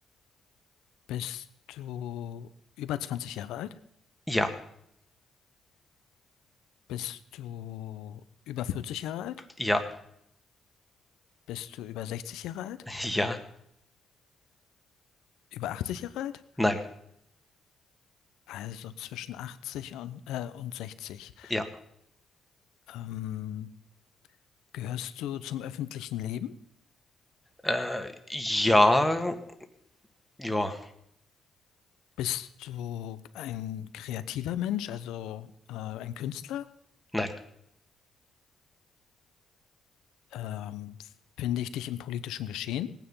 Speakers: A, on the left; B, in the centre.
A: Bist du über 20 Jahre alt?
B: ja,
A: Bist du über 40 Jahre alt?
B: ja,
A: Bist du über 60 Jahre alt?
B: <laughs> ja,
A: Über 80 Jahre alt?
B: nein,
A: Also zwischen 80 und, äh, und 60.
B: ja.
A: Ähm, gehörst du zum öffentlichen Leben?
B: Äh, ja, ja,
A: Bist du ein kreativer Mensch, also äh, ein Künstler?
B: nein,
A: Ähm, finde ich dich im politischen Geschehen?